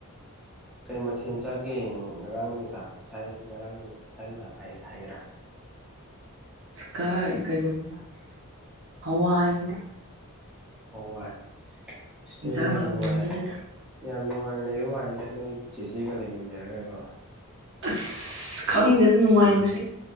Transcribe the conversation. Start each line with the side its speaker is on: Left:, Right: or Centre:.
Centre: ꯀꯩ ꯃꯊꯦꯜ ꯆꯥꯒꯦ ꯉꯔꯥꯡ ꯅꯨꯡꯗꯥꯡ ꯉꯁꯥꯏ ꯉꯔꯥꯡ ꯅꯨꯡꯃꯤꯗꯥꯡ ꯉꯁꯥꯏ ꯅꯨꯡꯃꯤꯗꯥꯡ ꯍꯥꯏꯒꯦꯔꯥ
Right: ꯀꯥꯏ ꯀꯩꯅꯣꯅꯤꯗꯥ ꯍꯋꯥ ꯍꯥꯏ ꯅꯤꯡꯗꯥ
Centre: ꯍꯣꯏ ꯍꯏ ꯁꯤꯅꯗꯤ
Right: ꯏꯟꯁꯥꯡ
Centre: ꯌꯥꯝ
Right: ꯍꯥꯎꯃꯟꯕꯗꯨꯅ
Centre: ꯅꯨꯡꯉꯥꯏ ꯌꯥꯝ ꯅꯨꯡꯉꯥꯏ ꯂꯩꯕ ꯃꯥꯜꯂꯦꯗ ꯅꯣꯏ ꯆꯦꯆꯦꯒ ꯂꯩꯃꯤꯟꯅꯔꯒꯀꯣ
Right: ꯑꯁ ꯈꯪꯗꯦꯗ ꯅꯨꯡꯉꯥꯏꯕꯁꯦ